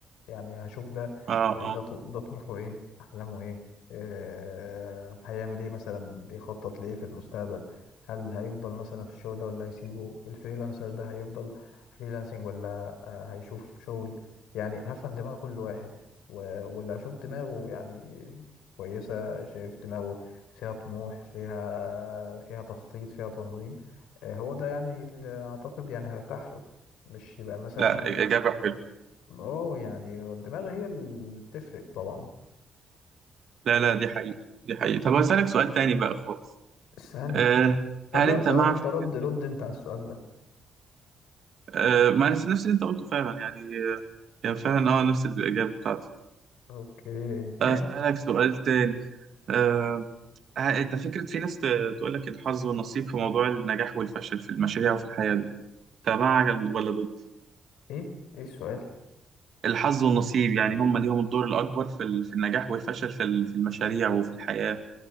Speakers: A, on the left; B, on the right.
A: يعني هشوف ده
B: اه
A: ده
B: اه
A: ط- ده طموحه ايه احلامه ايه آه، هيعمل ايه مثلا بيخطط لايه في المستقبل هل هيفضل مثلا في الشغل ده ولا هيسيبه الفريلانسر ده هيفضل فريلانسنج ولا آه، هيشوف شغل يعني هفهم دماغ كل واحد و- واللي هشوف دماغه يعني كويسة شايف دماغه فيها طموح فيها فيها تخطيط فيها تنظيم آه، هو ده يعني اللي أعتقد يعني هرتاح له مش يبقى مثلا
B: لا
A: إيه
B: الاجابه حلوه
A: اه يعني هو الدماغ هي اللي بتفرق طبعا
B: لا لا دي حقيقه دي حقيقه طب هسألك سؤال تاني بقى خالص
A: استني
B: أه
A: طب
B: هل
A: لا
B: انت
A: سؤال
B: مع
A: انت
B: فكره
A: رد رد انت على السؤال ده
B: أه ما نفس نفس اللي انت قلته فعلا يعني آه، يعني فعلا اه نفس الاجابه بتاعتك
A: اوكي
B: اسالك
A: ماشي
B: سؤال تاني أه ه- انت فكرة في ناس ت- تقول لك الحظ والنصيب في موضوع النجاح والفشل في المشاريع وفي الحياة ده انت مع ال- ولا ضد
A: ايه ايه السؤال
B: الحظ والنصيب يعني هم ليهم الدور الأكبر في ال- في النجاح والفشل في ال- في المشاريع وفي الحياة